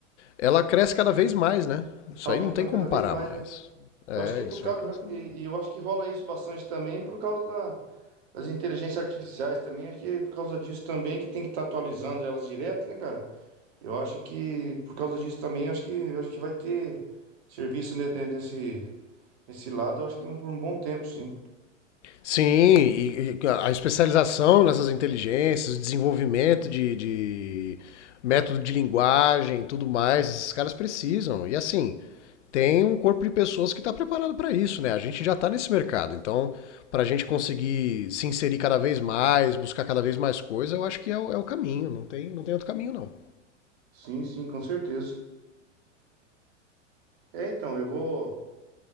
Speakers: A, on the left (about 70°); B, on the right (about 55°).
A: ela cresce cada vez mais, né? Isso
B: Tá aumentando
A: aí não tem como
B: cada vez
A: parar
B: mais,
A: mais.
B: né?
A: É,
B: Eu acho que por
A: isso
B: causa.
A: aí cresce cada
B: E,
A: vez mais.
B: e eu acho que rola isso bastante também por causa da- das inteligências artificiais também. Acho que é por causa disso também, que tem que estar atualizando elas direto, né, cara? Eu acho que por causa disso também, acho que, eu acho que vai ter serviço ne- ne- nesse, nesse lado, eu acho que um- por um bom tempo, sim.
A: Sim, e, e a especialização nessas inteligências, o desenvolvimento de, de método de linguagem, tudo mais, esses caras precisam. E assim, tem um corpo de pessoas que está preparado para isso, né? A gente já está nesse mercado, então para a gente conseguir se inserir cada vez mais, buscar cada vez mais coisa, eu acho que é o, é o caminho, não tem, não tem outro caminho não.
B: Sim, sim, com certeza. É, então, eu vou.